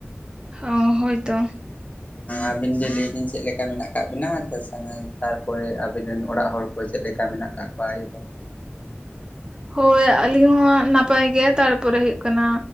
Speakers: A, on the right (about 20°); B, on the left (about 35°).
A: ᱚ ᱦᱳᱭᱛᱚ
B: ᱟᱵᱤᱱ ᱜᱮ ᱞᱟᱹᱭ ᱵᱤᱱ ᱪᱮᱫ ᱞᱮᱠᱟ ᱢᱮᱱᱟᱜ ᱠᱟᱜ ᱵᱤᱱᱟ ᱛᱟᱨᱯᱚᱨᱮ ᱟᱵᱤᱱ ᱨᱮᱱ ᱚᱲᱟᱜ ᱦᱚᱲ ᱪᱮᱫ ᱞᱮᱠᱟ ᱢᱮᱱᱟᱜ ᱟᱠᱟᱫ ᱠᱚᱣᱟ ᱟᱭᱳᱼᱵᱟᱵᱟ
A: ᱦᱳᱭ ᱟᱹᱞᱤᱧ ᱦᱚᱸ ᱱᱟᱯᱟᱭ ᱜᱮ ᱛᱟᱨᱯᱚᱨᱮ ᱦᱩᱭᱩᱜ ᱠᱟᱱᱟ